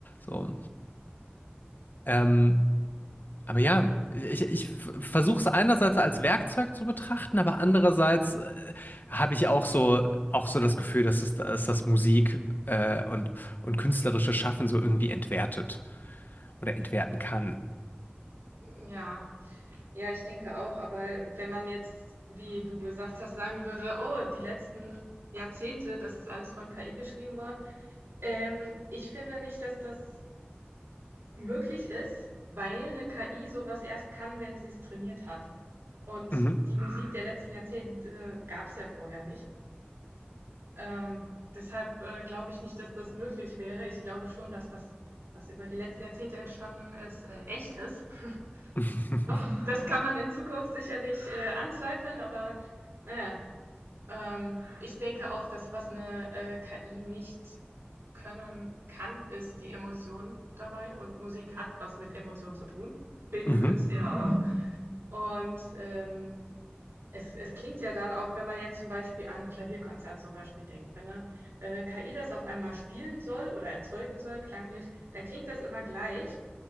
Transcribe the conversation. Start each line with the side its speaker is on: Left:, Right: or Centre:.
Left: So. Ähm, Aber ja, ich, ich versuche es einerseits als Werkzeug zu betrachten, aber andererseits äh, habe ich auch so, auch so das Gefühl, dass es, dass das Musik äh, und, und künstlerische Schaffen so irgendwie entwertet oder entwerten kann.
Right: Ja, ja, ich denke auch. Aber wenn man jetzt, wie du gesagt hast, sagen würde, oh, die letzten Jahrzehnte, das ist alles von KI geschrieben worden. Ähm, ich finde nicht, dass das Möglich ist, weil eine KI so was erst kann, wenn sie es trainiert hat. Und
Left: Mhm.
Right: die Musik der letzten Jahrzehnte äh, gab's ja vorher nicht. Ähm, deshalb, äh, glaube ich nicht, dass das möglich wäre. Ich glaube schon, dass das, was über die letzten Jahrzehnte entstanden ist, äh, echt ist <laughs>
Left: <laughs>
Right: noch. Das kann man in Zukunft sicherlich, äh, anzweifeln, aber naja, ähm, ich denke auch, dass was eine äh, KI nicht können kann ist die Emotion dabei und Musik hat was mit Emotionen zu tun, bildende
Left: Mhm.
Right: Künste ja auch. Und ähm, es, es klingt ja dann auch, wenn man jetzt zum Beispiel an ein Klavierkonzert zum Beispiel denkt, wenn eine äh, KI das auf einmal spielen soll oder erzeugen soll, klanglich, dann klingt das immer gleich.